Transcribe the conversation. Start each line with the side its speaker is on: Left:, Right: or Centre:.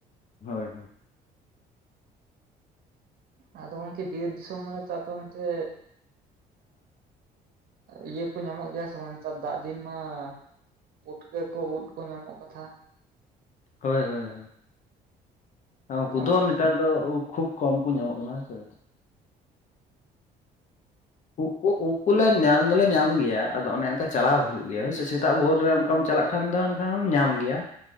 Left: ᱦᱳᱭ, ᱦᱳᱭ!
Right: ᱟᱫᱚ ᱜᱚᱝᱠᱮ ᱵᱤᱨ ᱫᱤᱥᱚᱢ ᱢᱟᱱᱮ ᱛᱚ ᱟᱯᱮ ᱚᱱᱛᱮ ᱤᱭᱟᱹ ᱠᱚ ᱧᱟᱢᱚᱜ ᱜᱮᱭᱟ ᱥᱮ ᱱᱮᱛᱟᱨ ᱫᱟᱜ ᱫᱤᱱ ᱢᱟ ᱯᱩᱴᱠᱟᱹ ᱠᱚ ᱩᱫ ᱠᱚ ᱧᱟᱢᱚᱜ ᱠᱟᱛᱷᱟ?
Left: ᱦᱳᱭ, ᱦᱳᱭ! ᱟᱨ ᱩᱝᱠᱩ
Right: ᱧᱟᱢᱚᱜ
Left: ᱫᱚ ᱱᱤᱛ ᱛᱟᱨ ᱫᱚ ᱩᱜ ᱠᱷᱩᱵ ᱠᱚᱢ ᱠᱚ ᱧᱟᱢᱚᱜ ᱠᱟᱱᱟ ᱦᱮᱸ ᱥᱮ ᱾ ᱩᱜ ᱠᱚ ᱩᱜ ᱠᱚᱞᱮ ᱧᱟᱢ ᱫᱚᱞᱮ ᱧᱟᱢ ᱜᱮᱭᱟ, ᱟᱫᱚ ᱚᱱᱮ ᱚᱱᱠᱟ ᱪᱟᱞᱟᱣ ᱦᱩᱭᱩᱜ ᱜᱮᱭᱟ ᱦᱳᱭᱥᱮ ᱥᱮᱛᱟᱜ ᱵᱷᱳᱨ ᱨᱮ ᱚᱝᱠᱟᱢ ᱪᱟᱞᱟᱜ ᱠᱷᱟᱱ ᱫᱚ ᱦᱟᱱ ᱠᱷᱟᱢ ᱧᱟᱢ ᱜᱮᱭᱟ ᱾